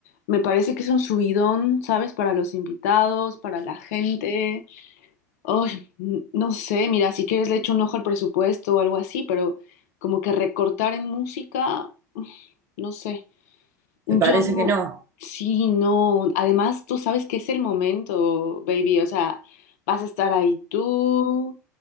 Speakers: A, on the left; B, on the right.
A: me parece que es un subidón, ¿sabes? Para los invitados, para la gente. Ay, n- no sé, mira, si quieres le echo un ojo al presupuesto o algo así, pero como que recortar en música, uf, no sé. Yo
B: ¿Te parece que no?
A: sí, no. Además, tú sabes que es el momento, baby. O sea, vas a estar ahí tú,